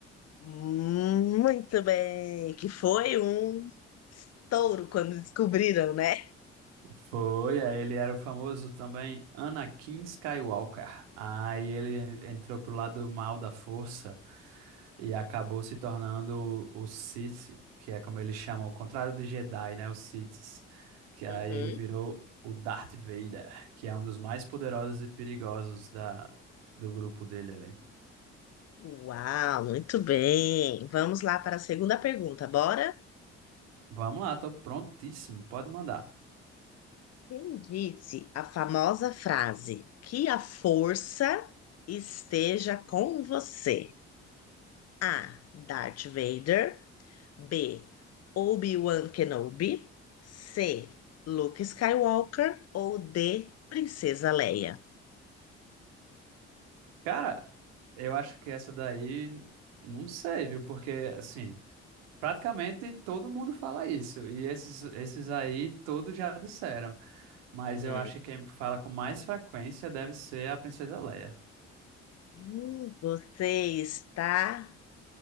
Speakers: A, on the left; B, on the right.
A: Hum, Muito bem, que foi um estouro quando descobriram, né?
B: Foi, aí ele era o famoso também Anakin Skywalker. Aí ele entrou pro lado mal da força e acabou se tornando o, o Sith, que é como eles chamam, o contrário de Jedi, né? Os Siths. Que aí
A: Uhum.
B: ele virou o Darth Vader, que é um dos mais poderosos e perigosos da, do grupo dele ali.
A: Uau, muito bem. Vamos lá para a segunda pergunta, bora?
B: Vamos lá, tô prontíssimo, pode mandar.
A: Quem disse a famosa frase que a força esteja com você? A. Darth Vader. B. Obi-Wan Kenobi. C. Luke Skywalker. Ou D. Princesa Leia.
B: cara. Eu acho que essa daí, não sei, viu? Porque, assim, praticamente todo mundo fala isso. E esses, esses aí, todos já disseram. Mas
A: Uhum.
B: eu acho que quem fala com mais frequência deve ser a Princesa Leia.
A: Hum, Você está